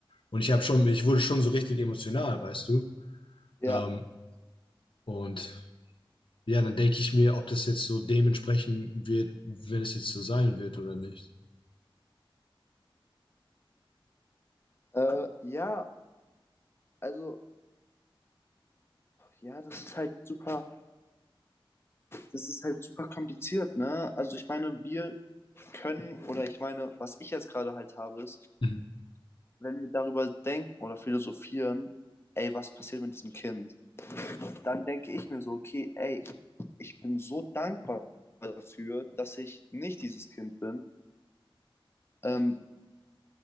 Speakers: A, on the left; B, on the left.
A: Und ich habe schon, ich wurde schon so richtig emotional, weißt du?
B: ja.
A: Ähm, und ja, dann denke ich mir, ob das jetzt so dementsprechend wird, wenn es jetzt so sein wird oder nicht.
B: Äh, ja, also, ja, das ist halt super, das ist halt super kompliziert, ne? Also ich meine, wir können, oder ich meine, was ich jetzt gerade halt habe, ist,
A: Mhm.
B: wenn wir darüber denken oder philosophieren, ey, was passiert mit diesem Kind? dann denke ich mir so, okay, ey, ich bin so dankbar dafür, dass ich nicht dieses Kind bin. Ähm,